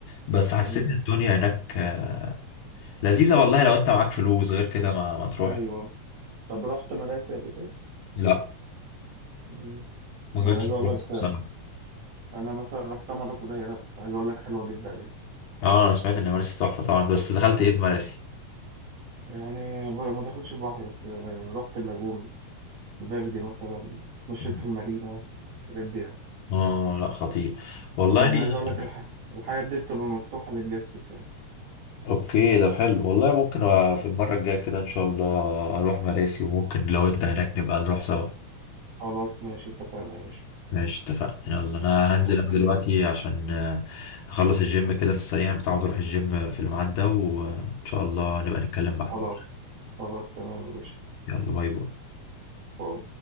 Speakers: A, on the left; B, on the right.
A: بس حسيت
B: مم.
A: إن الدنيا هناك آه، لذيذه والله لو انت معاك فلوس غير كده ما ما تروح
B: ايوه طب رحت مراسي قبل كده
A: لا
B: مم.
A: ما
B: أنا
A: جاتش
B: عايز اقول
A: فلوس
B: لك
A: بصراحه
B: آه، انا مثلا رحتها مرات قليله بس عايز اقول لك حلوه جدا يعني
A: اه انا سمعت ان مراسي تحفه طبعا بس دخلت ايه في مراسي
B: يعني ب- ما دخلتش البحر بس آه، رحت اللاجون فيردي مثلا اتمشيت
A: <laughs>
B: في المارينا الحاجات دي يعني
A: اه لا خطير والله
B: يعني
A: اه
B: عايز اقول
A: يعني
B: لك الح... الحاجات دي بتبقى مفتوحه للجاستس يعني
A: اوكي ده حلو والله ممكن أ- في المرة الجاية كده ان شاء الله اروح مراسي وممكن لو انت هناك نبقى نروح سوا
B: خلاص ماشي اتفقنا يا باشا
A: ماشي اتفقنا يلا انا هنزل
B: اوكي
A: انا دلوقتي عشان آه، اخلص الجيم كده في السريع انا متعود اروح الجيم في الميعاد ده وان شاء الله نبقى نتكلم بعدين
B: خلاص خلاص تمام يا باشا
A: يلا باي باي
B: باي.